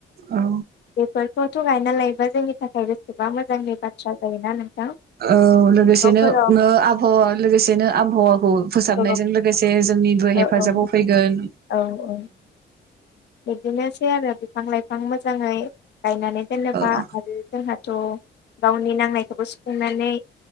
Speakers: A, on the right (about 50°); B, on the left (about 60°).
A: औ
B: बेफोरखौथ' गायना लायोबा जोंनि थाखायबो गोबां मोजांनि बाथ्रा जायोना नोंथां?
A: औ लोगोसेनो
B: न'फोराव
A: आबहावा लोगोसेनो आबहावा फोसाबनायजों
B: औ
A: लोगोसे जोंनिबो
B: औ
A: हेफाजाबाव
B: औ
A: फैगोन।
B: औ औ। बिदिनोसै आरो बिफां- लाइफां मोजाङै गायनानै दोनोबा
A: ओ
B: आरो जोंहा स' गावनि नांनायखौबो सुफुंनानै